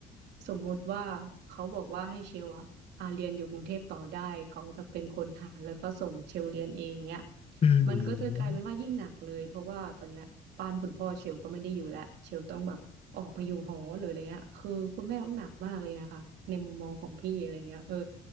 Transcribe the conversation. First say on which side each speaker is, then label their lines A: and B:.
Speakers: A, on the right; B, on the left.
A: สมมุติว่าเขาบอกว่าให้เชลอะอาเรียนอยู่กรุงเทพต่อได้เขาจะเป็นคนหาแล้วก็ส่งเชลเรียนเองเนี้ย
B: อืม
A: มันก็จะกลายเป็นว่ายิ่งหนักเลยเพราะว่าตอนเนี้ยบ้านคุณพ่อเชลก็ไม่ได้อยู่แล้วเชลต้องแบบออกมาอยู่หอหรืออะไรเงี้ยคือคุณแม่ต้องหนักมากเลยนะคะในมุมมองของพี่อะไรเงี้ยเออ